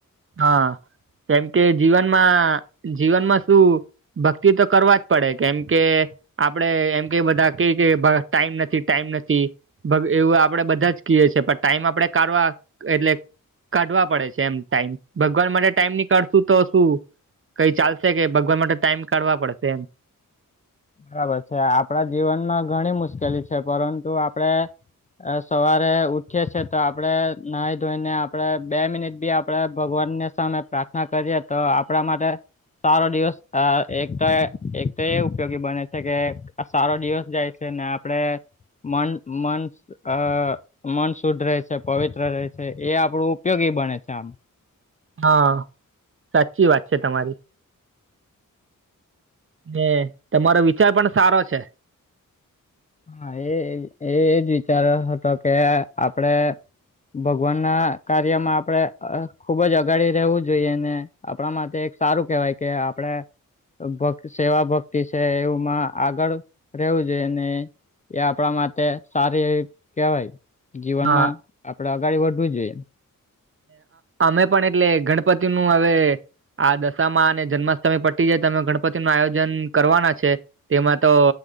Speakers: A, on the right (about 40°); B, on the left (about 25°).
A: હા કેમ કે જીવનમાં જીવનમાં શું ભક્તિ તો કરવા જ પડે કેમ કે આપડે એમ કે બધા કેઈ કે ટાઈમ નથી ટાઈમ નથી ભગ એવું આપડે બધા જ કીએ છીએ પણ ટાઈમ આપડે કાઢવા એટલે કાઢવા પડે છે એમ ટાઈમ ભગવાન માટે ટાઈમ નીકાળશું તો શું કઈ ચાલશે કે ભગવાન માટે ટાઈમ કાઢવા પડશે એમ
B: બરાબર છે આપણા જીવનમાં ઘણી મુશ્કેલી છે પરંતુ આપડે સવારે ઉઠીએ છે તો આપડણે નાહી ધોઈને આપણેે બે મિનિટ બી આપડે ભગવાનને સામે પ્રાર્થના કરીએ તો આપણા માટે સારો દિવસ અ એક તો એ એક તો એ ઉ ઉપયોગી બને છે કે આ સારો દિવસ જાય છે ને આપડે મન મન અ મન શુદ્ધ રહે છે પવિત્ર રહે છે એ આપડું ઉપયોગી બને છે આમ
A: હા સાચી વાત છે તમારી એ તમારો વિચાર પણ સારો છે
B: હા એજ એજ વિચાર હતો કે આપડે ભગવાન ના કાર્યમાં આપડે ખુબ જ અગાડી રહેવું જોઈએ ને આપણા માટે એક સારું કેહેવાય કે આપડે ભક સેવા ભક્તિ છે એવુંમાં આગળ રહેવું જોઈએ અને એ આપણા માટે સારી એવી કેહેવાય જીવનમાં
A: હા
B: આપડે આગાળ વધવું જોઈએ
A: અમે પણ એટલે ગણપતિ નું હવે આ દશામાં અને જન્માષ્ટમી પટી જાય તમે ગણપતિનું આયોજન કરવાના છે. તેમાં તો